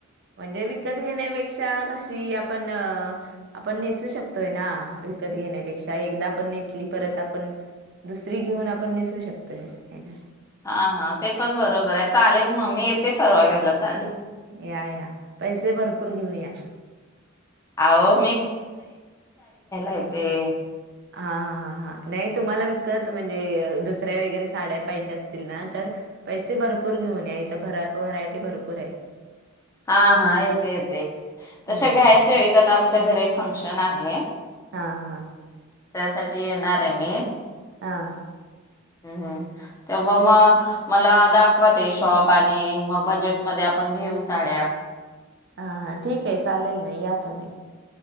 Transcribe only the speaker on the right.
म्हणजे विकत घेण्यापेक्षा क शी आपण आपण नेसू शकतोय ना विकत घेण्यापेक्षा एकदा आपण नेसली परत आपण दुसरी घेऊन आपण नेसू शकतोय असं काही ना
या या पैसे भरपूर घेऊन या
हा हा हा नाही तुम्हाला विकत म्हणजे दुसऱ्या वगैरे साड्या पाहिजे असतील ना तर पैसे भरपूर घेऊन या, इथ व्हरायटी भरपूर आहेत
हम्म.
हां, हां.
हां.
हा हा ठीक आहे चालेल ना या तुम्ही